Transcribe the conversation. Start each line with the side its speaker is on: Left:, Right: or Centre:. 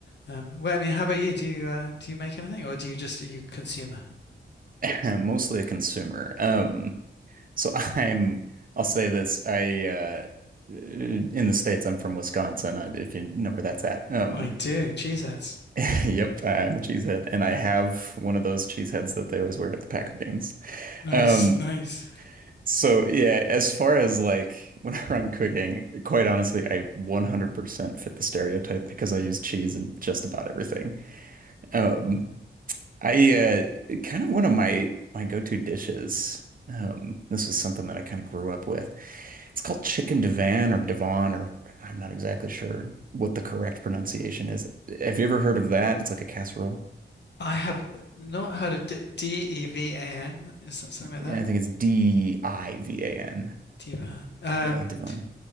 Left: Um, well, I mean, how about you? Do you uh, do you make anything, or do you just are you a consumer?
Right: <laughs> Mostly a consumer. Um, so <laughs> I'm I'll say this. I uh in the States, I'm from Wisconsin, uh, if you know where that's at. Um
Left: I do. Cheeseheads.
Right: <laughs> yep, I'm a cheesehead and I have one of those cheeseheads that they always wear at the Packer games.
Left: Nice,
Right: Um
Left: nice.
Right: So yeah, as far as like <laughs> whenever I'm cooking, quite honestly, I 100% fit the stereotype because I use cheese in just about everything. Um, I uh, kind of one of my my go-to dishes. Um, this is something that I kind of grew up with. It's called chicken divan or divan, or I'm not exactly sure what the correct pronunciation is. Have you ever heard of that? It's like a casserole.
Left: I have not heard of D- D-E-V-A-N. Is that something
Right: Yeah,
Left: like that?
Right: I think it's D-I-V-A-N.
Left: Divan. Um,
Right: Yeah, divan.